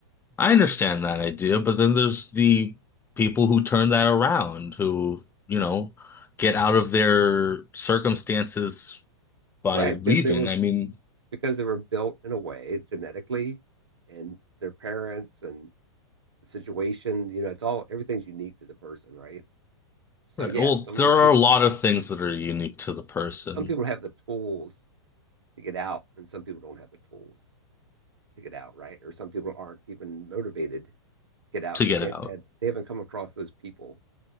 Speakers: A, on the left; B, on the right.
A: I understand that idea, but then there's the people who turn that around, who, you know, get out of their circumstances by
B: right
A: leaving.
B: because they were
A: I mean,
B: because they were built in a way genetically, and their parents and the situation. You know, it's all everything's unique to the person, right? So
A: right.
B: yes,
A: Well,
B: some of
A: there
B: those
A: are
B: people
A: a lot
B: have
A: of things that are unique to the person
B: some people have the tools to get out, and some people don't have the tools to get out, right? Or some people aren't even motivated to get out
A: to
B: because
A: get
B: they
A: out.
B: haven't had they haven't come across those people